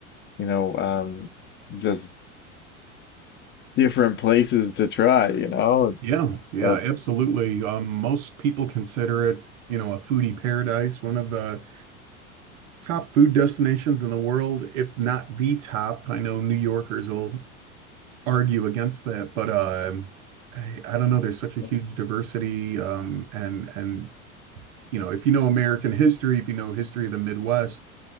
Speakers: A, on the left; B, on the right.
A: you know, um. just different places to try, you know?
B: Yeah, yeah,
A: So
B: absolutely. Um, most people consider it, you know, a foodie paradise, one of the top food destinations in the world, if not the top. I know New Yorkers will argue against that, but um, I, I don't
A: mm,
B: know. There's such a
A: that's
B: huge diversity, um, and and you know, if you know American history, if you know history of the Midwest,